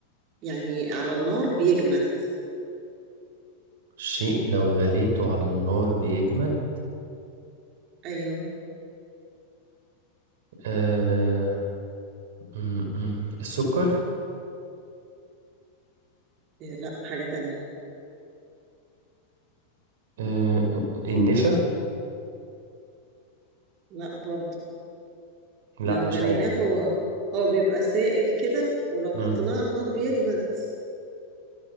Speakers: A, on the right; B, on the right.
A: يعني على النار بيجمد
B: شيء لو غليته على النار بيجمد
A: ايوه
B: آه... م- م. السكر
A: آه، لا حاجة تانية
B: آه... آه، آه. النشا
A: لا برضه
B: لا
A: لو
B: مش
A: غليناه
B: عارف
A: هو هو بيبقى سائل كده ولو
B: م.
A: حطيناه على النار بيجمد